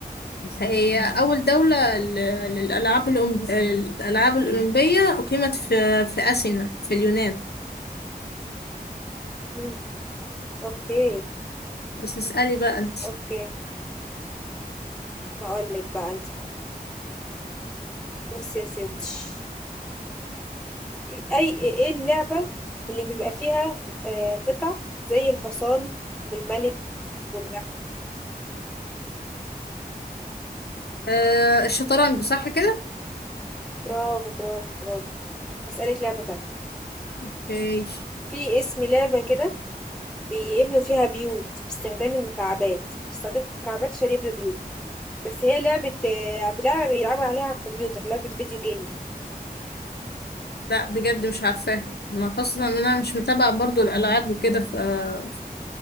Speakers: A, on the left (about 90°); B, in the centre.
A: هي أول دولة ل- للألعاب الأم... الألعاب الأولمبية أقيمت في في أثينا في اليونان
B: إمم. أوكي،
A: بس اسألي بقى أنت
B: أوكي. هاقول لِك بقى أنتِ بقى. بُصّي يا ستّي، إ أي إيه اللعبة اللي بيبقى فيها آآ قطع زي الحصان والملك والرخ؟
A: آه الشطرنج صح كده؟
B: برافو، برافو، برافو. هسألك لعبة تانية
A: اوكي
B: في اسم لعبة كده بيبنوا فيها بيوت باستخدام المكعبات باستخدام مكعبات عشان يبنوا بيوت بس هي لعبة آه، لعبة بيلعبوا عليها على الكمبيوتر لعبة فيديو جيم يعني
A: لا بجد مش عارفاها ما خاصة ان انا مش متابعة برضو الالعاب وكده فحاسة